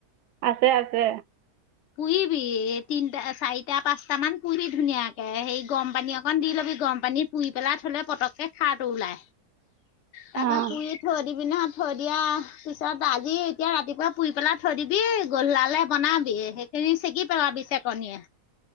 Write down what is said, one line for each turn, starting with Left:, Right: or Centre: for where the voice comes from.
Right: আছে - আছে।
Left: পুৰিবি এ তিনটা, চাৰিটা, পাঁচটা মান পুৰি ধুনীয়াকে সেই গৰম পানী অকন দি লবি গৰম পানী পুৰি পেলাই থলে পতককে খাৰটো ওলাই। তাৰ
Right: অ',
Left: পা পুৰি থৈ দিবি নহ থৈ দিয়া পিছত আজি এতিয়া ৰাতিপুৱা পুৰি পেলাই থৈ দিবি গোধলালে বনাবি সেইখিনি চেগি পেলাবি চেকনিয়ে